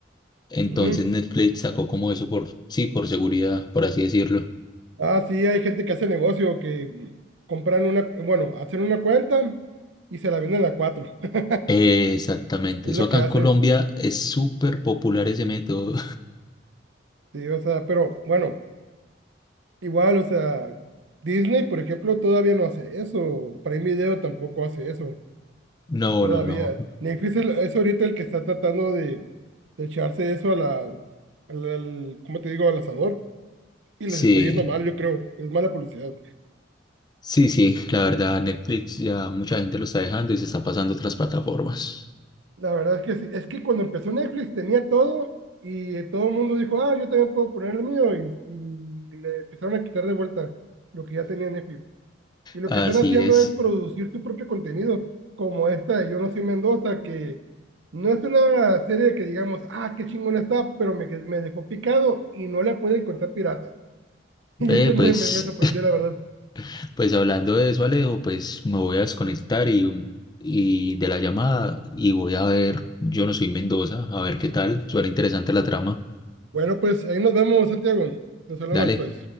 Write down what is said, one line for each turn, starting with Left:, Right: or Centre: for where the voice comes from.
Left: Entonces
Right: ujú.
Left: Netflix sacó como eso por, sí, por seguridad, por así decirlo.
Right: Ah, sí, hay gente que hace negocio, que compran una, bueno, hacen una cuenta y se la venden a cuatro. <laughs>
Left: Exactamente,
Right: Es
Left: eso
Right: lo
Left: acá
Right: que
Left: en
Right: hacen.
Left: Colombia es súper popular ese método.
Right: Sí, o sea, pero bueno, igual, o sea, Disney, por ejemplo, todavía no hace eso. Prime Video tampoco hace eso.
Left: No,
Right: Todavía.
Left: no, no.
Right: Netflix es, es ahorita el que está tratando de, de echarse eso a la, al, al- ¿cómo te digo? al asador. Y
Left: Sí,
Right: les está yendo mal, yo creo. Es mala publicidad.
Left: sí, sí. La verdad, Netflix ya mucha gente lo está dejando y se está pasando a otras plataformas.
Right: La verdad es que sí. Es que cuando empezó Netflix tenía todo y todo el mundo dijo, ah, yo también puedo poner el mío y, y le empezaron a quitar de vuelta lo que ya tenía Netflix. Y lo
Left: Así
Right: que están haciendo
Left: es.
Right: es producir su propio contenido, como esta de Yo no soy Mendoza, que no es una serie que digamos, ah, qué chingona está, pero me, que- me dejó picado y no la puede encontrar pirata. <laughs>
Left: Ve,
Right: Y eso
Left: pues,
Right: me, me, me sorprendió, la verdad.
Left: <laughs> pues hablando de eso, Alejo, pues me voy a desconectar y, y de la llamada y voy a ver, yo no soy Mendoza, a ver qué tal. Suena interesante la trama.
Right: Bueno, pues ahí nos vemos, Santiago. Nos hablamos,
Left: Dale,
Right: pues.